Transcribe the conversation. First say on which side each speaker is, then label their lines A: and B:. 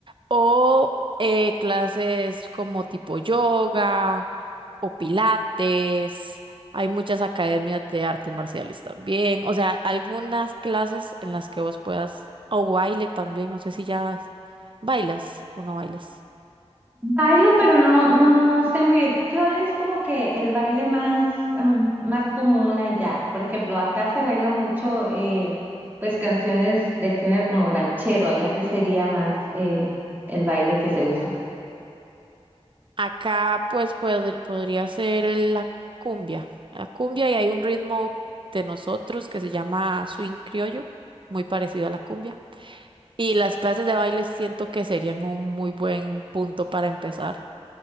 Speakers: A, on the right; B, on the right.
A: o eh, clases como tipo yoga o pilates, hay muchas academias de artes marciales también, o sea, algunas clases en las que vos puedas, o baile también, no sé si ya bailas o no bailas.
B: Bailo, pero no, no sé muy bien. ¿Qué es como que el baile más, am, más común allá? Por ejemplo, acá se baila mucho, eh, pues canciones del género como ranchero, allá que sería más eh, el baile que se usa.
A: Acá pues podr- podría ser la cumbia. La cumbia y hay un ritmo de nosotros que se llama swing criollo, muy parecido a la cumbia. Y las clases de baile siento que serían un muy buen punto para empezar